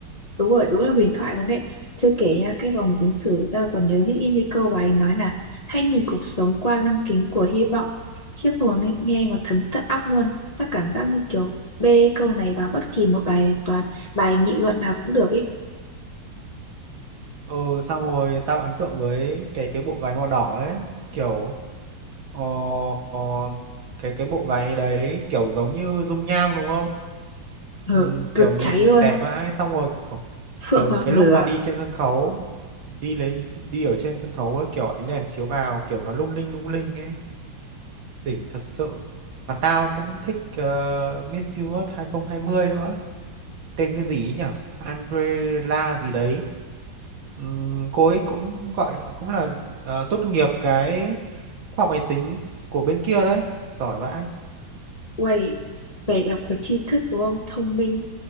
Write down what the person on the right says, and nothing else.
Ừ, xong rồi tao ấn tượng với cái cái bộ váy màu đỏ ấy, kiểu ờ, ờ, cái cái bộ váy đấy kiểu giống như dung nham đúng không?
Ừm,
kiểu nhìn
đẹp vãi xong rồi
kiểu
cái
lúc mà đi trên sân khấu đi lên đi ở trên sân khấu ấy, kiểu ánh đèn chiếu vào kiểu nó lung linh lung linh ấy đỉnh thật sự mà tao cũng thích ờ, Miss Universe 2020 nữa tên cái gì ấy nhở Andrela gì đấy Ừm, cô ấy cũng gọi cũng là ờ, tốt nghiệp cái khoa học máy tính của bên kia đấy giỏi vãi